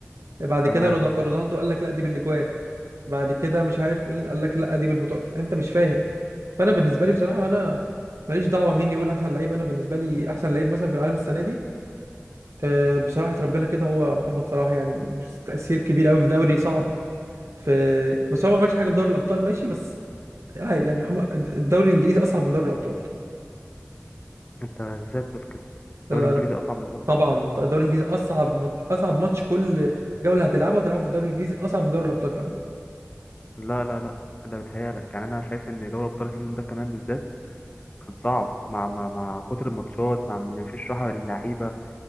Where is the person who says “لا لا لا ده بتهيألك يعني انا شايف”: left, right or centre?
Left